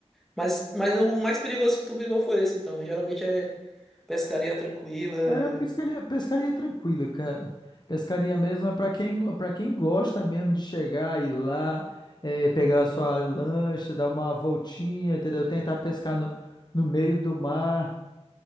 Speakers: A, in the centre; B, on the left.
A: Mas, mas o mais perigoso que tu viveu foi esse, então. Geralmente é pescaria tranquila, é-
B: É, é pescaria, pescaria tranquila, cara. Pescaria mesmo é pra quem, para quem gosta mesmo de chegar, ir lá, é, pegar a sua lancha, dar uma voltinha, entendeu? Tentar pescar no, no meio do mar,